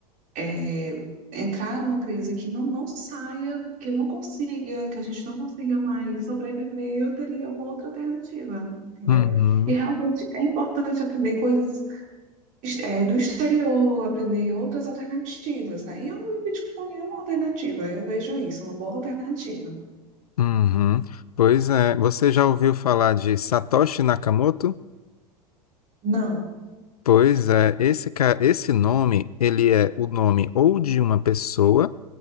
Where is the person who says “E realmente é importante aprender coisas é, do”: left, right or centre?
Right